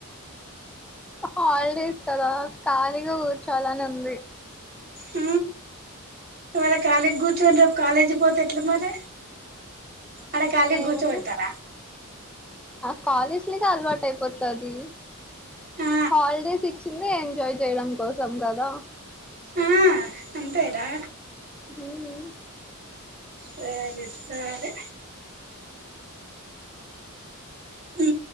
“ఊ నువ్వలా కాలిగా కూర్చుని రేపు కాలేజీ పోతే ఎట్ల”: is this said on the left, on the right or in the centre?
Right